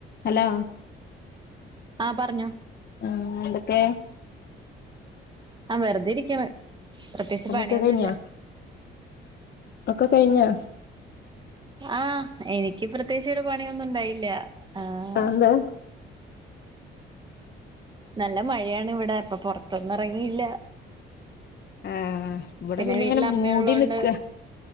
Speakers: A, on the left; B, on the right.
A: hello
B: ആഹ് പറഞ്ഞോ
A: ആഹ് എന്തൊക്കെ
B: ആഹ് വെറുതെരിക്കണ് പ്രത്യേകിച്ച്
A: പണിയൊക്കെ
B: പണിയൊന്നുല്ല
A: കഴിഞ്ഞോ ഒക്കെ കഴിഞ്ഞോ
B: ആഹ് എനിക്ക് പ്രത്യേകിച്ച് ഇവിടെ പണിയൊന്നും ഒണ്ടായില്ല ആഹ്
A: അതെന്താ
B: നല്ല മഴയാണ് ഇവിടെ അപ്പൊ പൊറത്തൊന്നും ഇറങ്ങില്ല
A: ആഹ് ഇവിടെ
B: പിന്നെ വീട്ടിലമ്മയൊള്ളോണ്ട്
A: ഇങ്ങനെ മൂടി നിക്ക